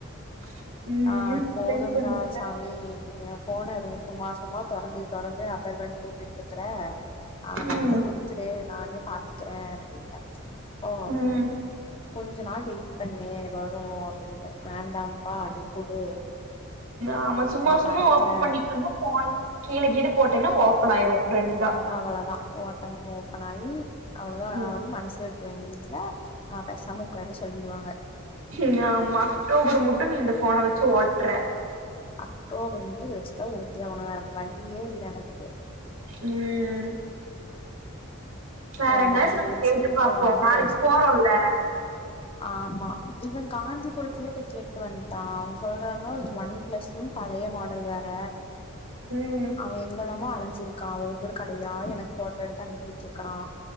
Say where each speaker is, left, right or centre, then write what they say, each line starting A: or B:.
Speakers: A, on the right (about 70°); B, on the left (about 25°).
A: <inaudible>
B: நா போதும்ண்டா
A: அப்ப என்ன பண்ணுவ
B: சாமி ஏ போனரு சும்மா சும்மா தொறந்து தொறந்து ரபர் பேன் போட்டுட்ருக்குற அவன
A: ம்
B: என்ட்ட குடுத் சுடே நானே பத்துக்குற அப்டின்ன ஒ
A: ம்
B: கொஞ்ச நாள் வெயிட் பண்ணு வரு அப்புடன்ன வேண்டாம்ப்பா நீ குடு
A: ஆமா சும்மா
B: நா
A: சும்மா
B: பாத்துக்கறே
A: ஓபன் பண்ணிட்டுருந்த ஃபோன் கீழ கீழ போட்டேன்னா ஓப்பன் ஆயிரு ரெண்டா
B: அவ்ளோதா ஓட்டம் ஓப்பன் ஆகி அவுளதா
A: ம்
B: நா வந்து மனசு விட்ருவ எங்க வீட்ல அ பெசாம உக்காரு சொல்லிருவாங்க
A: ம் ஆமா அக்டோபுரு முட்டு நீ இந்த ஃபோன வச்சு ஓட்ற
B: அக்டோபர் முட்டு இத வச்சுதா ஒட்டி ஆவுணு வேற வழியே இல்ல எனக்கு
A: ம் வேற
B: என்
A: எங்காச்சு
B: தம்பிய
A: நம்ம
B: வச்சு
A: கேட்டு பாப்போ
B: போய் வாங்கிட்டு
A: நாளைக்
B: வர சொல்லிட்டேன்
A: போறோல்ல
B: ஆமா இவ காந்திபுரத்துலயோ போய் கேட் டு வந்ட்டா அவ்ங் சொல்றாங்க இது ஒன் ப்ளஸ்ன் பழைய மாடல் வேற
A: ம்
B: அவ எங்கல்லாமோ அலஞ்சிருக்கா ஒவ்வொரு கடயா எனக்கு போட்டோ எடுத்து அனுப்பிட்ருக்குறா